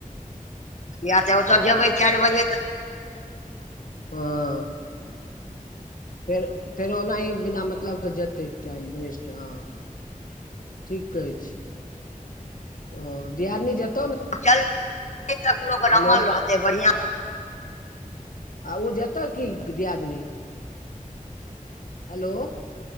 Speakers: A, on the left (about 55°); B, on the left (about 70°).
A: या तऽ ओतऽ जेबै
B: हँ
A: चार बजे
B: <unintelligible> फेर -फेर ओना ही बिना मतलब के जेतै टाइम वेस्ट हाँ ठीक कहै छी ओ दियादनी झग
A: चलते सब लोक ब्राह्मण
B: हेलो
A: रहतै बढ़िआँ
B: आ उ जेते की दियदनी हेलो,